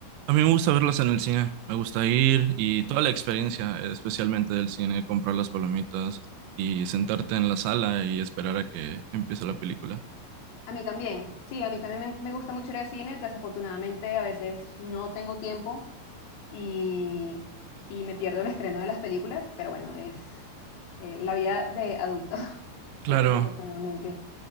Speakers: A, on the right; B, on the left.
A: A mí me gusta verlas en el cine, me gusta ir y
B: Ujú.
A: toda la experiencia, especialmente del cine, comprar las palomitas y sentarte en la sala y esperar a que empiece la película.
B: A mí también, sí, a mí también me, me gusta mucho ir al cine. Desafortunadamente, a veces no tengo tiempo y, y me pierdo el estreno de las películas, pero bueno, es eh, la vida de adulto, <laughs>
A: Claro,
B: eh, desafortunadamente.